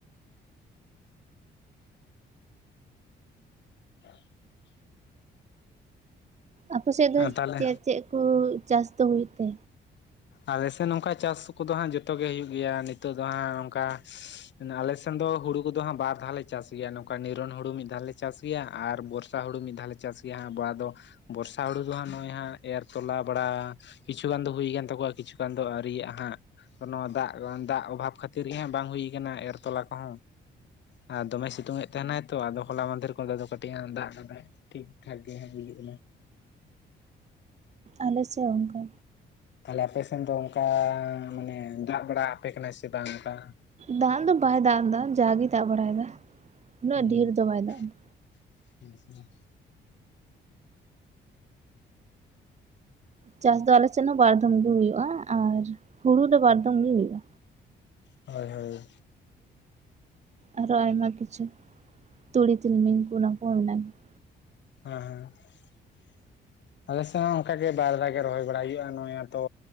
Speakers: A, on the left (about 65°); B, on the right (about 35°).
A: <inaudible>
B: ᱟᱯᱮ ᱥᱮᱡ ᱫᱚ
A: ᱛᱟᱦᱚᱞᱮ
B: ᱪᱮᱫ ᱪᱮᱫ ᱠᱚ ᱪᱟᱥ ᱫᱚ ᱦᱩᱭᱩᱜ ᱛᱮ?
A: ᱟᱞᱮ ᱥᱮᱫ ᱱᱚᱝᱠᱟ ᱪᱟᱥ ᱠᱚᱫᱚ ᱦᱟᱸᱜ ᱡᱚᱛᱚ ᱜᱮ ᱦᱩᱭᱩᱜ ᱜᱮᱭᱟ, ᱱᱤᱛᱳᱜ ᱫᱚ ᱦᱟᱸᱜ ᱚᱝᱠᱟ ᱟᱞᱮ ᱥᱮᱱ ᱫᱚ ᱦᱩᱲᱩ ᱠᱚᱫᱚ ᱦᱟᱸᱜ ᱵᱟᱨ ᱫᱷᱟᱣ ᱞᱮ ᱪᱟᱥ ᱜᱮᱭᱟ ᱱᱚᱝᱠᱟ ᱱᱤᱨᱚᱱ ᱦᱩᱲᱩ ᱢᱤᱫ ᱫᱷᱟᱣ ᱞᱮ ᱪᱟᱥ ᱜᱮᱭᱟ ᱟᱨ ᱵᱚᱨᱥᱟ ᱦᱩᱲᱩ ᱢᱤᱫ ᱫᱷᱟᱣᱞ ᱞᱮ ᱪᱟᱥ ᱜᱮᱭᱟ ᱦᱟᱸᱜ ᱟᱵ ᱫᱚ ᱵᱚᱨᱥᱟ ᱦᱩᱲᱩ ᱫᱚᱦᱟᱸᱜ ᱱᱚᱜᱼᱚᱭ ᱦᱟᱸᱜ ᱮᱨ ᱛᱚᱞᱟ ᱵᱟᱲᱟ᱾ ᱠᱤᱪᱷᱩ ᱜᱟᱱ ᱫᱚ ᱦᱩᱭ ᱠᱟᱱ ᱛᱟᱠᱚᱣᱟ ᱠᱤᱪᱷᱩ ᱜᱟᱱ ᱫᱚ ᱟᱹᱣᱨᱤᱭᱟᱜ ᱦᱟᱸᱜ᱾ ᱱᱚᱣᱟ ᱫᱟᱜ ᱫᱟᱜ ᱚᱵᱷᱟᱵᱽ ᱠᱷᱟᱹᱛᱤᱨ ᱜᱮ ᱦᱟᱸᱜ ᱵᱟᱝ ᱦᱩᱭ ᱠᱟᱱᱟ ᱮᱨ ᱛᱚᱞᱟ ᱠᱚᱦᱚᱸ᱾ ᱟᱨ ᱫᱚᱢᱮ ᱥᱤᱛᱩᱝ ᱮᱫ ᱛᱟᱦᱮᱱᱟᱭ ᱛᱚ ᱟᱫᱚ ᱦᱚᱞᱟ ᱢᱟᱫᱷᱮᱨ ᱠᱚ ᱫᱚ ᱠᱟᱹᱴᱤᱡ ᱫᱟᱜ ᱠᱟᱫᱟᱭ ᱾ ᱴᱷᱤᱠ ᱴᱷᱟᱠ ᱜᱮ ᱦᱟᱸᱜ ᱵᱩᱡᱩᱜ ᱠᱟᱱᱟ᱾
B: ᱟᱞᱮ ᱥᱮ ᱚᱱᱠᱟ
A: ᱛᱟᱦᱚᱞᱮ ᱟᱞᱮᱥᱮᱱ ᱫᱚ ᱚᱱᱠᱟ ᱢᱟᱱᱮ ᱫᱟᱜ ᱵᱟᱲᱟ ᱟᱯᱮ ᱠᱟᱱᱟᱭ ᱥᱮ ᱵᱟᱝ ᱚᱱᱠᱟ?
B: ᱫᱟᱜ ᱫᱚ ᱵᱟᱭ ᱫᱟᱜ ᱮᱫᱟ ᱡᱟᱜᱮᱭ ᱫᱟᱜ ᱵᱟᱲᱟᱭᱮᱫᱟ ᱩᱱᱟᱹᱜ
A: ᱦᱩᱸ
B: ᱰᱷᱮᱨ ᱫᱚ ᱵᱟᱭ ᱫᱟᱜ ᱮᱫᱟ᱾
A: <inaudible>
B: ᱪᱟᱥ ᱫᱚ ᱟᱞᱮ‌ ᱥᱮᱱ ᱦᱚᱸ ᱵᱟᱹᱲ ᱵᱟᱨ ᱫᱚᱢ ᱜᱮ ᱦᱩᱭᱩᱜᱼᱟ ᱟᱨ ᱦᱩᱲᱩ ᱫᱚ ᱵᱟᱨᱫᱚᱢ ᱜᱮ ᱦᱩᱭᱩᱜᱼᱟ᱾
A: ᱦᱳᱭ ᱦᱳᱭ,
B: ᱟᱨᱚ ᱟᱭᱢᱟ ᱠᱤᱪᱷᱩ ᱛᱩᱲᱤ, ᱛᱤᱞᱢᱤᱧ ᱠᱚ ᱚᱱᱟ ᱠᱚᱦᱚᱸ ᱢᱮᱱᱟᱜ ᱜᱮᱭᱟ ᱾
A: ᱦᱮᱸ ᱾ ᱟᱞᱮᱥᱮᱫ ᱦᱚᱸ ᱚᱱᱠᱟ ᱜᱮ ᱵᱟᱨ ᱫᱟᱜᱮ ᱨᱚᱦᱚᱭ ᱵᱟᱲᱟᱭ ᱦᱩᱭᱩᱜᱼᱟ ᱱᱚᱭ ᱟᱛᱚ᱾